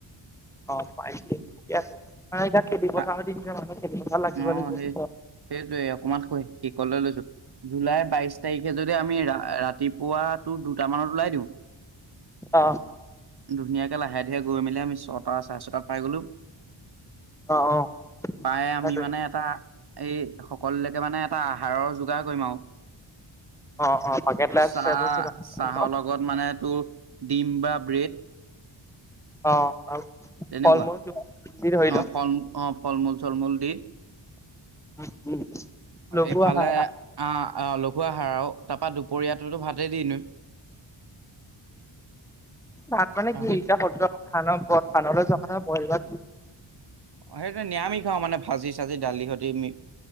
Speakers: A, in the centre; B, on the right.
A: অ, পাইছে ঠিকে আছে এতিয়া খেতি পথাৰত
B: বা
A: দিন যে মানুহ খেতি পথাৰত লাগিব
B: অ,
A: লাগিব
B: সেই
A: পিছত
B: সেইটোৱে অকমান শ শেষলৈ লৈছো জুলাই বাইশ তাৰিখে যদি আমি ৰা ৰাতিপুৱা দু - দুটা মানত ওলাই দিও
A: অ
B: ধুনী তে লাহে ধীৰে গৈ মেলি আমি ছটা চাৰে ছটাত পাই গলো
A: অ -
B: পাই
A: সেইটোৱে
B: আমি মানে
A: অ
B: এটা এই সকললকে মানে এটা আহাৰৰ যোগাৰ কৰিম আও
A: অ অ বাকেট লাঞ্চ
B: চাহ
A: টাইপৰ কিবা
B: - চাহৰ লগত মানে তোৰ ডিম বা ব্ৰেড
A: অ, আৰু
B: তেনেকুৱা
A: ফল মূল কিবা যি ধৰি
B: অ
A: ল
B: ফলমূ - অ ফল মূল চল মূল দি
A: উম উম লঘু
B: এইফালে
A: আহাৰ
B: আহ লঘু আহাৰ আও তাৰপা দুপৰীয়াটোতো ভাতে দি নম
A: তাত মানে
B: অ
A: কি
B: সেই
A: এতিয়া স খানৰ - খানৰ যোৱা কথা বইল ভা
B: সেইটো নিৰামিষ খাও মানে ভাজি চাজি দালি সতি মি